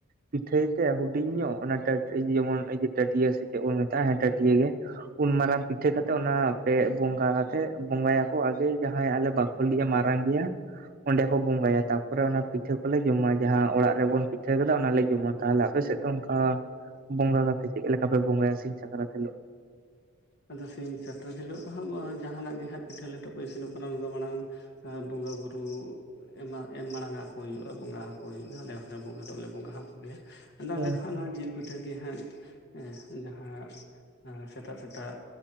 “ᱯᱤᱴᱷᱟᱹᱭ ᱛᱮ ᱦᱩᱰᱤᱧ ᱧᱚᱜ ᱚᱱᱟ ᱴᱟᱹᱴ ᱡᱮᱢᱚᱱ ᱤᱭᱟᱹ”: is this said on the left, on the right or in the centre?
Right